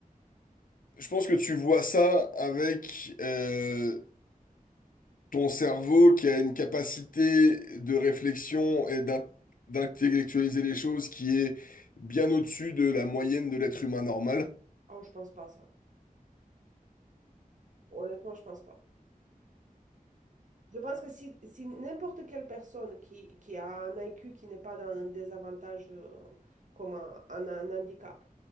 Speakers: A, on the left (about 70°); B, on the right (about 60°).
A: Je pense que tu vois ça avec... euh, ton cerveau qui a une capacité de réflexion et d'in- d'intellectualiser les choses qui est bien au-dessus de la moyenne de l'être humain normal.
B: oh, je pense pas à ça. Honnêtement, je pense pas. Je pense que si, si n'importe quelle personne qui, qui a un IQ qui n'est pas dans un désavantage euh, comme un, un- un handicap,